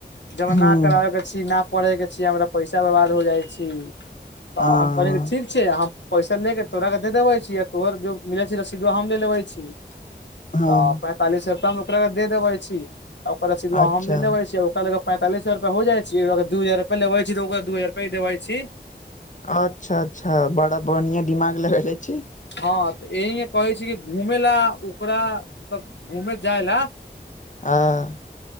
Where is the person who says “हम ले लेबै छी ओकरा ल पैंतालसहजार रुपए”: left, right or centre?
Left